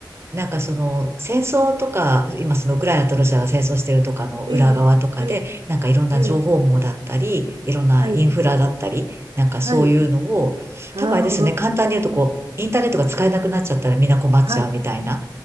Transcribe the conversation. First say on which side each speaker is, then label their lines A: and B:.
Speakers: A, on the right (about 30°); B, on the right (about 85°).
A: なんかその戦争とか、今そのウクライナとロシアが戦争してるとかの裏側とかで、
B: ええ、ええ、
A: なんかいろんな情報網だったり、
B: ええ
A: いろんなインフラだったり、
B: はい、
A: なんかそういうのを、
B: はい。ああ、
A: 多分あれですよね、簡単に言うとこう、インターネットが使えなくなっちゃったらみんな困っちゃうみたいな、
B: はい、